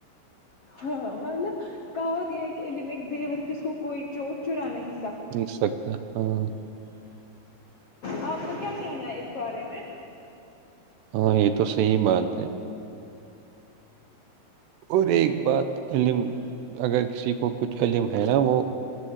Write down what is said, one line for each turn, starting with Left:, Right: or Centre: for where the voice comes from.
Left: ہاں مطلب کہاوت یہ کہ علم ایک زیور ہے جس کوئی چور چرا نہیں چ
Right: نہیں سکتا ہاں
Left: آپ کو کیا کہنا ہے اس بارے میں
Right: ہاں یہ تو صحی بات ہے اور ایک بات
Left: ٹھیک
Right: علم اگر کسی کو کچھ قلم ہے نا وہ